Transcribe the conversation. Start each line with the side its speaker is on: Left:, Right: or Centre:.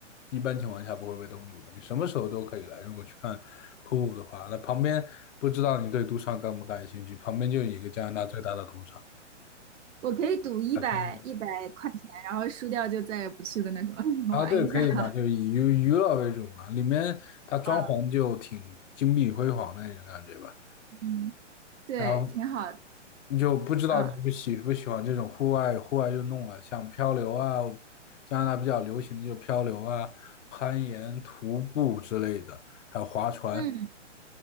Left: 一般情况下不会被冻住的。你什么时候都可以来。如果去看瀑布的话，那旁边不知道你对赌场感不感兴趣？旁边就有一个加拿大最大的赌场，
Right: 我可以赌一百一百块钱，
Left: 海参
Right: 然后输掉就再也不去的那种，<laughs> 玩一下。
Left: 啊，对，可以嘛，
Right: <laughs>
Left: 就以娱娱乐为主嘛，里面它装潢就挺金碧辉煌的那种感觉吧。
Right: 啊嗯，对，
Left: 然后
Right: 挺好的。
Left: 你就不知道你们喜不喜欢这种户外户外运动了，
Right: 啊，
Left: 像漂流啊，加拿大比较流行的就漂流啊、攀岩、徒步之类的，还有划船。
Right: 嗯。